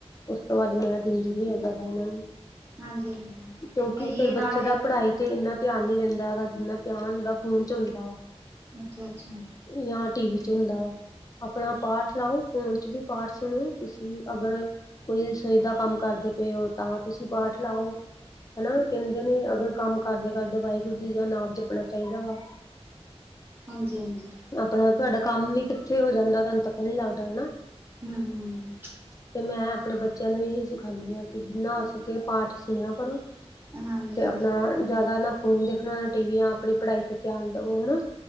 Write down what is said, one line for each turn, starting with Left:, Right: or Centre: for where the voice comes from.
Left: ਉਸ ਤੋਂ ਬਾਦ ਮੈਂ ਦਿੰਦੀ ਨੀ ਹੈ‌ ਜਿਆਦਾ ਇਨਾਂ ਨੂੰ
Right: ਹਾਂਜੀ-ਹਾਂਜੀ।
Left: ਕਿਉਂਕਿ
Right: ਸਹੀ
Left: ਫੇਰ
Right: ਹੈ
Left: ਬੱਚੇ
Right: ਨਾ ਦਿਆ
Left: ਦਾ
Right: ਕਰੋ
Left: ਪੜ੍ਹਾਈ ਤੇ ਇੰਨਾ ਧਿਆਨ ਨੀ ਰਹਿੰਦਾ ਹੈਗਾ ਜਿੰਨਾ ਧਿਆਨ ਉਦਾ ਫੋਨ ਚ ਹੁੰਦਾ ਵਾ
Right: ਅੱਛਾ-ਅੱਛਾ
Left: ਜਾਂ ਟੀ ਵੀ ਚ ਹੁੰਦਾ ਵਾ ਆਪਣਾ ਪਾਠ ਲਾਓ ਫੋਨ ਚ ਵੀ ਪਾਠ ਸੁਣੋ ਤੁਸੀਂ ਅਗਰ ਕੋਈ ਰਸੋਈ ਦਾ ਕੰਮ ਕਰਦੇ ਪਏ ਓ ਤਾਂ ਤੁਸੀ ਪਾਠ ਲਾਓ, ਹਨਾ ਦਿਨੇ ਅਗਰ ਕੰਮ ਕਰਦੇ ਕਰਦੇ ਵਾਹਿਗੁਰੂ ਜੀ ਦਾ ਨਾਮ ਜਪਣਾ ਚਾਹੀਦਾ ਵਾ
Right: ਹਾਂਜੀ -ਹਾਂਜੀ।
Left: ਆਪਨਾ ਤੁਆਡਾ ਕੰਮ ਵੀ ਕਿੱਥੇ ਹੋ ਜਾਂਦਾ, ਤੁਆਨੂੰ ਪਤਾ ਈ ਨੀਂ ਲੱਗਦਾ ਹਨਾ।
Right: ਹਮਮ
Left: ਤੇ ਮੈਂ ਆਪਨੇ ਬੱਚੇਆਂ ਨੂੰ ਏਹੀ ਸਿਖਾਨੀ ਆਂ ਕਿ, ਜਿੰਨਾ ਹੋ ਸਕੇ ਪਾਠ ਸੁਨੇਆ ਕਰੋ।
Right: ਹਾਂਜੀ-ਹਾਂਜੀ,
Left: ਤੇ ਆਪਨਾ ਜਾਦਾ ਨਾ ਫੋਨ ਦੇਖਨਾ, ਨਾ ਟੀਵੀ ਆਪਨੀ ਪੜਾਈ ਤੇ ਧੇਆਨ ਦਵੋ, ਹਨਾ।